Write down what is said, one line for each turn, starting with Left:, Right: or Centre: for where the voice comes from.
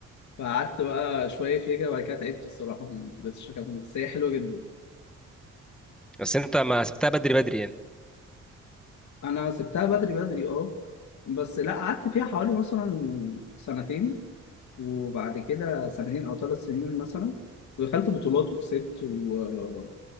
Left: فقعدت بقى شوية فيها كده وبعد كده تعبت الصراحة ما قدرتش أكمل بس هي حلوة جدا
Centre: بس انت ما سبتها بدري بدري يعني
Left: أنا سبتها بدري بدري أه بس لا قعدت فيها حوالي مثلا سنتين وبعد كده سنتين أو ثلاث سنين مثلا ودخلت بطولات وكسبت و...